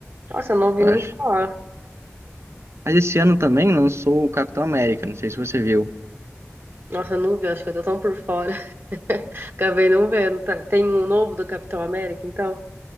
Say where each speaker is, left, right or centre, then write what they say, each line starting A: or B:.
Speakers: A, on the right; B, on the right.
A: Nossa, eu não vi
B: eu
A: nem
B: acho.
A: falar.
B: Mas esse ano também lançou o Capitão América, não sei se você viu.
A: Nossa, eu não vi. Acho que eu tô tão por fora. <laughs> Acabei não vendo. Tá- Tem um novo do Capitão América, então.